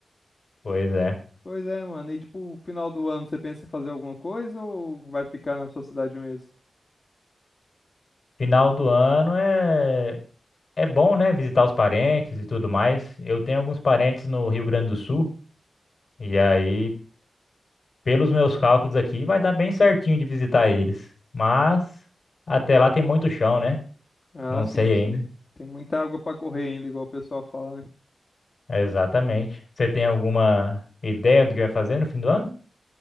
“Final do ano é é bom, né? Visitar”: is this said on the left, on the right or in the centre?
Left